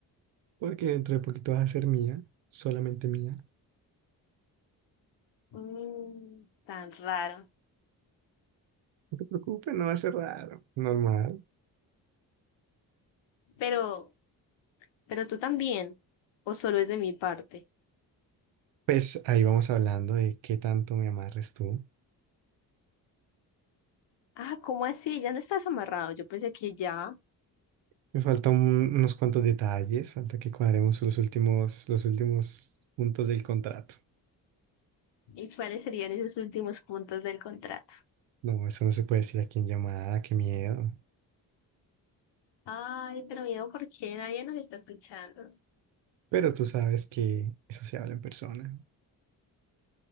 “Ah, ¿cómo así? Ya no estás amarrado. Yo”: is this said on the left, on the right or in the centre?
Left